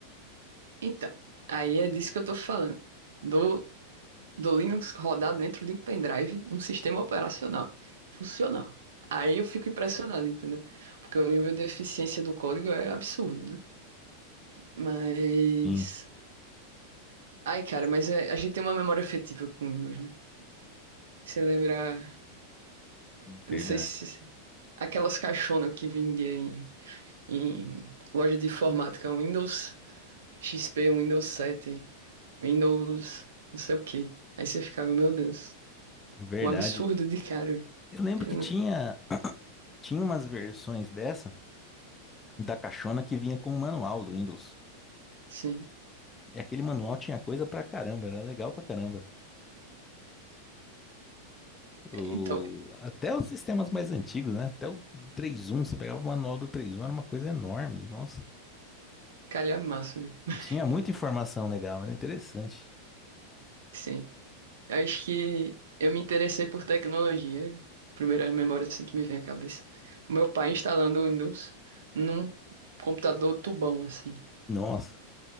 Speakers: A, on the right; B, on the left.
A: Então. Aí é disso que eu tô falando. Do do Linux rodar dentro de um pendrive, um sistema operacional funcional. Aí eu fico impressionado, entendeu? Porque o nível de eficiência do código é absurdo, né? Mas.
B: Sim,
A: Ai, cara, mas é- a gente tem uma memória afetiva com Windows, né? Você lembra. Eu
B: verdade.
A: não sei se. Aquelas caixonas que vendia em, em loja de informática, Windows XP, Windows 7, Windows não sei o quê. Aí você ficava, meu Deus,
B: Verdade.
A: um absurdo de cara.
B: Eu lembro
A: Eu
B: que
A: não-
B: tinha, tinha umas versões dessa, da caixona que vinha com o manual do Windows.
A: Sim.
B: E aquele manual tinha coisa pra caramba, era legal pra caramba. O...
A: Então,
B: Até os sistemas mais antigos, né? Até o três um você pegava o manual do três um era uma coisa enorme, nossa.
A: calhamaço. de- <laughs>
B: E tinha
A: Tipo,
B: muita informação legal, era interessante.
A: sim. Acho que eu me interessei por tecnologia. Primeira memória assim que me vem à cabeça. Meu pai instalando o Windows num computador tubão, assim.
B: Nossa,